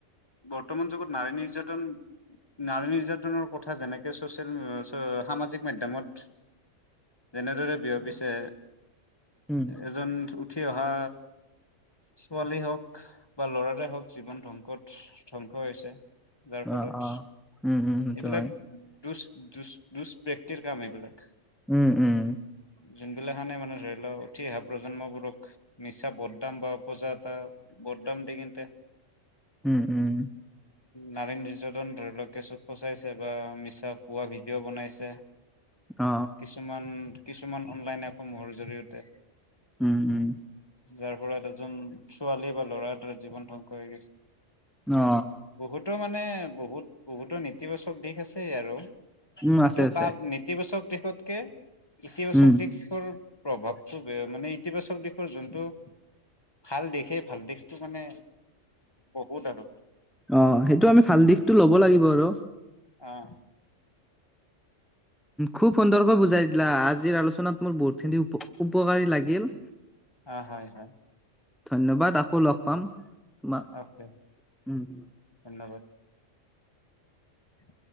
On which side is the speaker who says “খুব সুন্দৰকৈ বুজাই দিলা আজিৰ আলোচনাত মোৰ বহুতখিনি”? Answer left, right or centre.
Centre